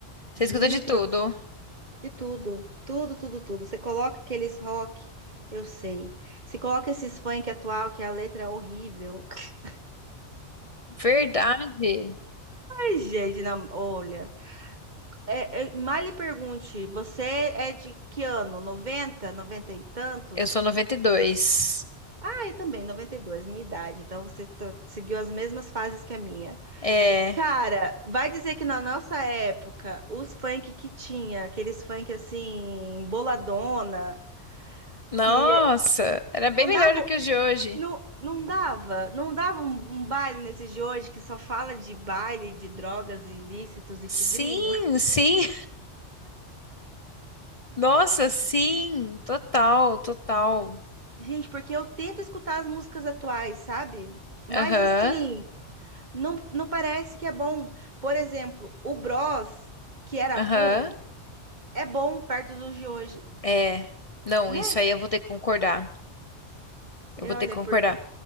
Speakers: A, on the left (about 35°); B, on the right (about 40°).
A: Você
B: Juro
A: escuta de tudo.
B: pra você de tudo. Tudo, tudo, tudo. Você coloca aqueles rock, eu sei. Se coloca esses funk atual, que a letra é horrível. <laughs>
A: Verdade.
B: Ai, gente, não, olha. É, é, mal lhe pergunte, você é de que ano? 90, 90 e tantos?
A: Eu sou 92.
B: Ah, eu também, 92 minha idade. Então você to- seguiu as mesmas fases que a minha.
A: É.
B: Cara, vai dizer que na nossa época, os funk que tinha, aqueles funk assim, boladona,
A: Nossa,
B: que
A: era bem
B: não
A: melhor
B: davam,
A: do que os de hoje.
B: não, não dava, não dava um, um baile nesses de hoje que só fala de baile, de drogas ilícitos e
A: Sim,
B: tigrinho.
A: sim. <laughs> Nossa, sim. Total, total.
B: Gente, porque eu tento escutar as músicas atuais, sabe? Mas
A: Aham,
B: assim, não, não parece que é bom. Por exemplo, o Bros, que era
A: aham.
B: ruim, é bom perto dos de hoje,
A: É. Não,
B: né?
A: isso aí eu vou ter que concordar.
B: E
A: Eu vou
B: olha,
A: ter que concordar.
B: por